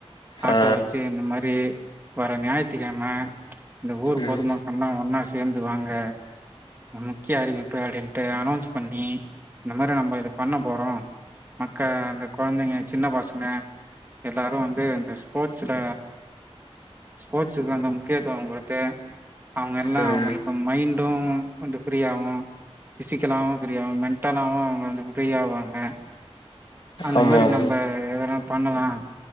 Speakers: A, on the right; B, on the left.
A: ஆட்டோ
B: ஆ
A: வச்சு இந்த மாரி டி வர ஞாயித்துகெழம இந்த ஊர்
B: ம்
A: பொதுமக்கள்லா ஒன்னா சேந்து வாங்க முக்கிய அறிவிப்பு அப்படின்ட்டு அனோன்ஸ் பண்ணி இந்த மாதி நம்ப பண்ண போறோ மக்க அந்த கொழந்தைங்க சின்ன பசங்க எல்லாரு வந்து இந்த ஸ்போர்ட்ஸில ஸ்போர்ட்ஸுக்கு அந்த முக்கியத்துவ குடுத்து அவங்க எல்லா
B: ம்
A: அவங்களுக்கு மைண்டும் வந்து ஃப்ரீயாகு ஃபிசிக்கலாவு ஃப்ரீயாகு மெண்டலாவும் அவுங்க வந்து ஃப்ரி ஆவாங்க அந்த
B: ஆமா
A: மாதிரி
B: ஆமா
A: நம்ப எதென்னா பண்ணலாம்